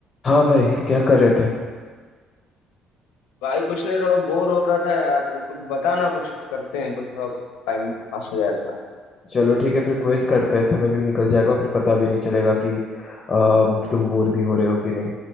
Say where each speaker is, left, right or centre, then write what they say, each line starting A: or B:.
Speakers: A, on the left (about 35°); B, on the left (about 85°).
A: हाँ भाई क्या कर रहे थे
B: भाई कुछ नहीं थोड़ा बोर हो रहा था यार कुछ बताना कुछ करते हैं कुछ थोड़ा टाइम पास हो जाए ऐसा
A: चलो ठीक है फिर क्विज करते हैं समय भी निकल जाएगा फिर पता भी नहीं चलेगा कि अ, तुम बोर भी हो रहे हो कि नहीं